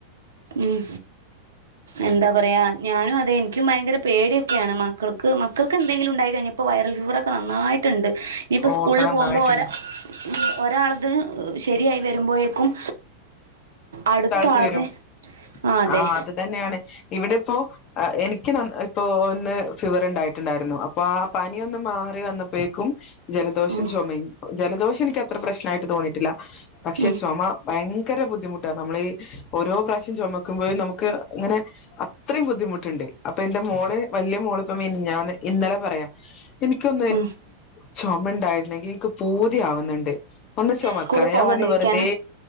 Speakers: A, on the right; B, on the left.
A: ഉം എന്താ പറയ ഞാനു അതെ ഇൻക്കും ഭയങ്കര പേടിയൊക്ക്യാണ് മക്കൾക്ക് മക്കൾക്ക് എന്തെങ്കിലുഇണ്ടായി കഴിഞ്ഞപ്പോൾ വൈറൽ ഫീവറൊക്കെ നന്നായിട്ടുണ്ട് ഇപ്പ
B: ഓ
A: സ്കൂള്
B: ഇപ്പൊ നന്നായിട്ടുണ്ട്
A: പോകുമ്പോ ഓര ഒരാള്ത് ശെരിയായി വരുമ്പോഴേക്കും അടുത്ത
B: ക്കേരുംആഹ്
A: ആളത് ആ അതെ
B: അത് തന്നെയാണ് ഇവടെ ഇപ്പോ എനിക്ക് ന്ന ഇപ്പൊ ഇന്ന് ഫിവർ ഇണ്ടായിട്ട്ണ്ടായിര്ന്നു അപ്പൊ ആ പനിയൊന്ന് മാറി വന്നപ്പഴേക്കും ജലദോഷം
A: ഉം
B: ചൊമെം ജലദോഷം എനിക്ക് അത്ര പ്രശ്നായിട്ട് തോന്നിട്ടില്ല പക്ഷെ
A: ഉം
B: ചൊമ ഭയ ങ്കര ബുദ്ധിമു നമ്മൾഈ ഓരോ പ്രാശ്യം ചുമക്കുമ്പോഴും നമുക്ക് ഇങ്ങനെ അത്രയും ബുദ്ധിമുട്ടുണ്ട് അപ്പൊ എന്റെ മോള് വല്യ മോള് ഇപ്പ മിനിഞ്ഞാന്ന് ഇന്നലെ പറയാ എനിക്കൊന്ന്
A: ഉം
B: ചുമ ണ്ടാരുന്നെങ്കി എക്ക് പൂതിയാവുന്നുണ്ട് ഒന്ന് ചൊമക്കാന്
A: സ്കൂളിൽ
B: ഞാൻ
A: പോവാതിരിക്കാനാ
B: പർഞ് വെറുതേ